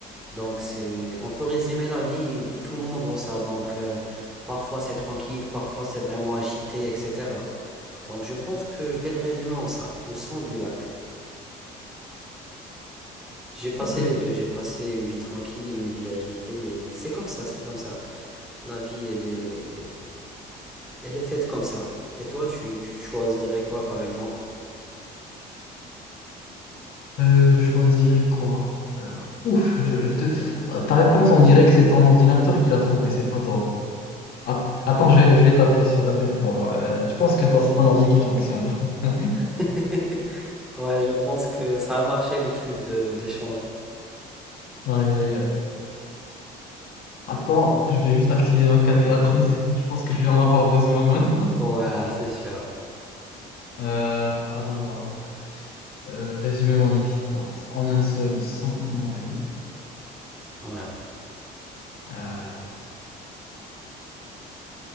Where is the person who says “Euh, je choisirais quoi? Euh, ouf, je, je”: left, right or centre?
Left